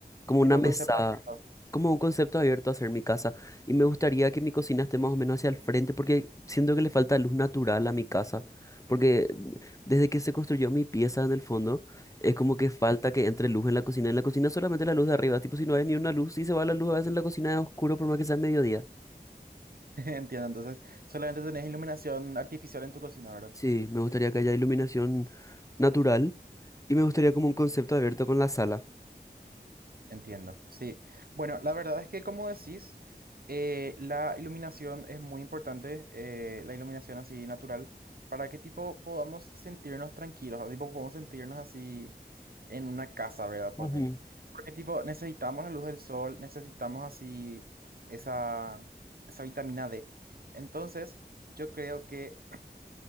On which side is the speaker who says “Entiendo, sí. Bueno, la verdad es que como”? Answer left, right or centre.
Right